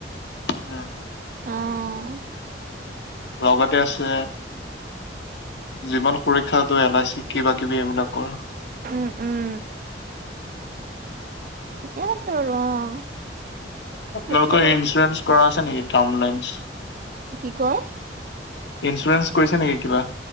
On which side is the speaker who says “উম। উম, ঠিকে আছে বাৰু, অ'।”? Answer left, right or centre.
Right